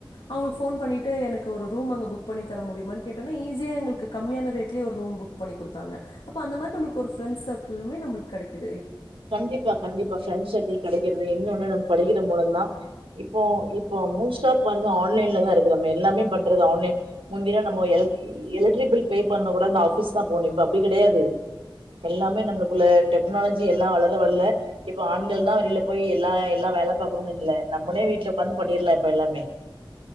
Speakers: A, on the left; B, on the right.
A: அவுங்களுக்கு போன் பன்னிட்டு எனக்கு ஒரு ரூம் அங்க புக் பன்னி தரமுடியுமான்னு கேட்டடோடனே ஈசியா எங்களுக்கு கம்மியான ரேட்லயும் ஒரு ரூம் புக் பன்னி கொடுத்தாங்க அந்த மாறி ஒரு ப்ரன்ஸ் சர்க்களுமே நமக்கு கிடைக்கும்
B: கண்டிப்பா கண்டிப்பா ஃப்ரன்ஸ் சர்க்கிள் கிடைக்கிறது இன்னொன்னு நமக்கு படிக்கிற மூலம் தான் இப்போ இப்ப மோஸ்டா பாருங்க ஆன்லைன்லா தான் இருக்குறோமே எல்லாமே பண்றது ஆன்லைன் முந்திலாம் நம்ம எலக் எலெக்ட்ரிக் பில் பே பண்ண கூட அந்த ஆஃபீஸ் தான் போனும் இப்ப அப்டி கெடையாது எல்லாமே நமக்குள்ள டெக்னாலஜி எல்லாம் வளர வள்ல இப்ப ஆண்கள் தான் வெளியில போய் எல்லா இடத் எல்லாம் வேலை பாக்கணும்ன்னனு இல்லை நம்மளே வீட்டுல உடாந்து பன்னிடலாம் இப்ப எல்லாமே